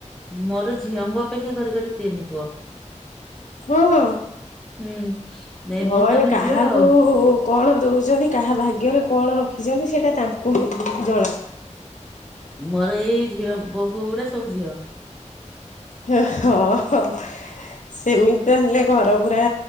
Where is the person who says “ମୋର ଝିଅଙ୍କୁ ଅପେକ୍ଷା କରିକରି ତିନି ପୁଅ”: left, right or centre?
Centre